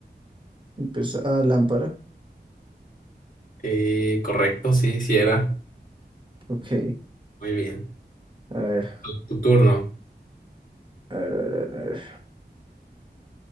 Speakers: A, on the right (about 25°); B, on the left (about 50°).
A: empieza, ah, lámpara.
B: Eh, correcto, sí, sí era.
A: Ok,
B: Muy bien.
A: a ver,
B: Tu turno.
A: a ver, a ver, a ver. a ver.